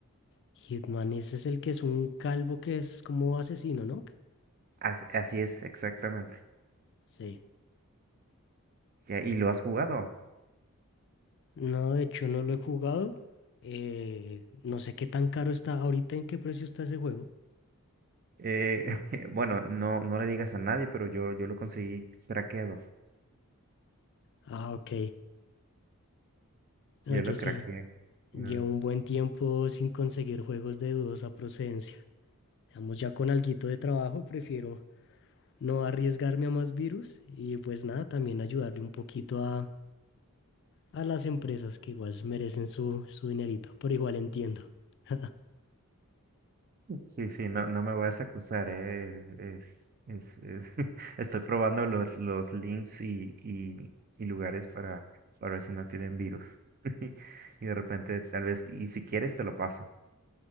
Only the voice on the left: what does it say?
Hitman, ese es el que es un calvo que es como asesino, ¿no?
Sí.
No, de hecho no lo he jugado. Eh, no sé qué tan caro está ahorita, en qué precio está ese juego.
Ah, ok. No,
yo
sí.
Llevo
un buen tiempo sin conseguir juegos de dudosa procedencia. Digamos, ya con alguito de trabajo, prefiero no arriesgarme a más virus y pues nada, también ayudarle un poquito a a las empresas que igual merecen su, su dinerito, pero igual entiendo. <laughs>